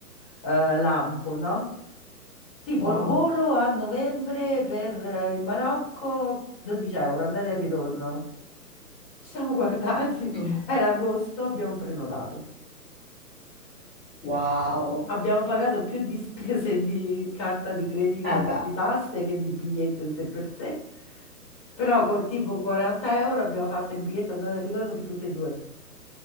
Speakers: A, on the left; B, in the centre.
A: eh, lampo, no? Tipo
B: Wow.
A: il volo a novembre per eh, il Marocco, 12 euro, andata e ritorno. Ci siamo guardati,
B: Mm.
A: <laughs> era agosto, abbiamo prenotato.
B: Wow.
A: Abbiamo pagato più di spese di carta di credito
B: Eh
A: e
B: beh,
A: di tasse che di biglietto in sé per sé, però con tipo 40 euro abbiamo fatto il biglietto andata e ritorno per tutte e due.